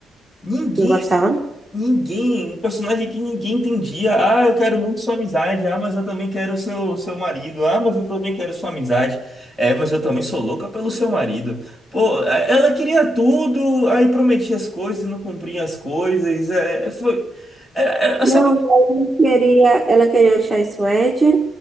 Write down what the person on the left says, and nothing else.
Ninguém,
ninguém, um personagem que ninguém entendia. Ah, eu quero muito sua amizade. Ah, mas eu também quero seu, seu marido. Ah, mas eu também quero sua amizade. É, mas eu também sou louca pelo seu marido. Pô, é, ela queria tudo, aí prometia as coisas, não cumpria as coisas. É, é, foi, é,
é, sabe?